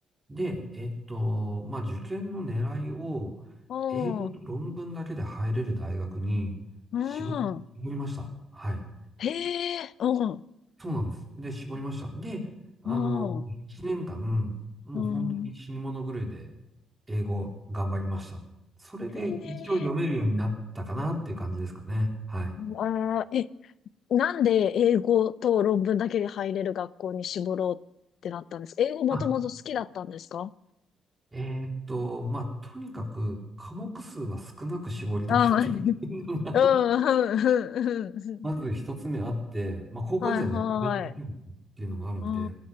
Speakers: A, on the right; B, on the left.
A: で、えっと、まあ、受験の狙いを、
B: おー。
A: 英語と論文だけで入れる大学に絞、
B: うん。
A: 絞りました。はい。
B: へえ、うん、
A: そうなんです。で、絞りました。で、あの、
B: うん、
A: 1年間、もう本当に死に物狂いで
B: うん。
A: 英語頑張りました。それで一応読めるようになったかなっていう感じですかね。
B: へえ、
A: はい。
B: あー、え、なんで英語と論文だけで入れる学校に絞ろうってなったんですか英語もともと好きだったんですか
A: あ、えーっと、まあ、とにかく科目数は少なく絞りたかった。
B: ああ、うん、
A: <laughs>
B: うん、うん、うん。
A: まず一つ目あって、まあ、高校時代何勉強してるのっていうのもあるんで、
B: はい、はい。う